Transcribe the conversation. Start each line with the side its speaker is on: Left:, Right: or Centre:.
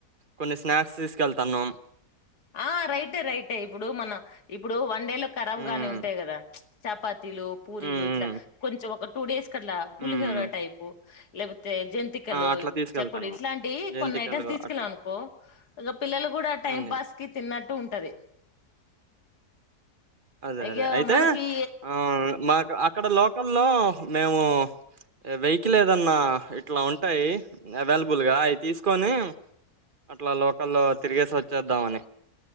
Right: కొన్ని స్నాక్స్ తీసుకెళ్తాన్నాం
Left: ఆ రైటే రైట ఇప్పుడు మన ఇప్పుడు వన్ ఎండేలో కఖరాబ్
Right: మ్మ్
Left: గాని ఉంటాయి కదా చప లు పూరీలు
Right: మ్మ్
Left: ఇట్ కొంచెం ఒక టూడేస్ ఇక్కడలా
Right: మ్మ్
Left: పులిహెరో
Right: మ్మ్
Left: టైప్ లే అే జంతికలు
Right: ఆ అట్లా తీసుకెళ్తాను
Left: చెకుడు ఇట్లాంటివి
Right: జంతికలు
Left: కొన్ని ఐటమ్స్ తీసుకెళ్ళంనుకో
Right: అట్లా
Left: ఇక పిల్లలు కూడా టైం
Right: అన్నీ
Left: పాస్ అట్టు ఉంటది
Right: అదే
Left: అయ్యో
Right: అదే అయితే
Left: మనకి
Right: ఆ మా అక్కడ లో లోకల్లో మేము వెహికల్ ఏదన్నా ఇట్లా ఉంటాయి. అవైలబుల్గా అవి తీసుకొని అట్లా లోకల్లో తిరిగేసి వచ్చేద్దామని.